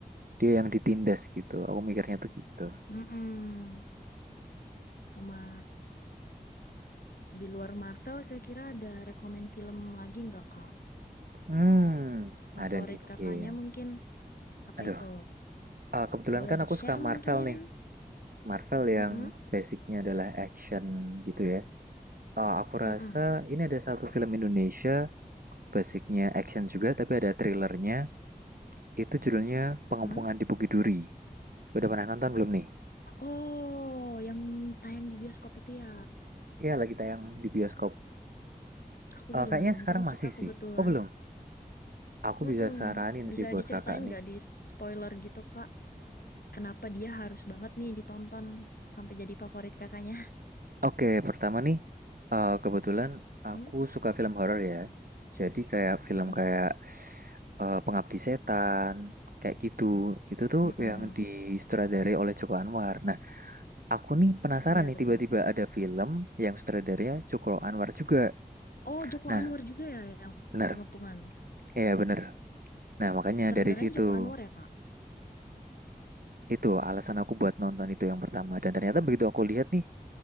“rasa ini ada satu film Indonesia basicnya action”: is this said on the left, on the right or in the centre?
Right